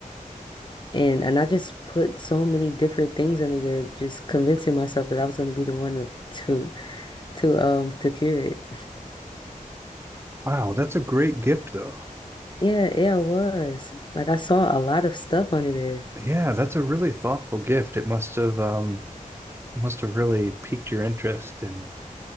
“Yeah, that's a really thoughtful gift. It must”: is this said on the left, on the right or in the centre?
Right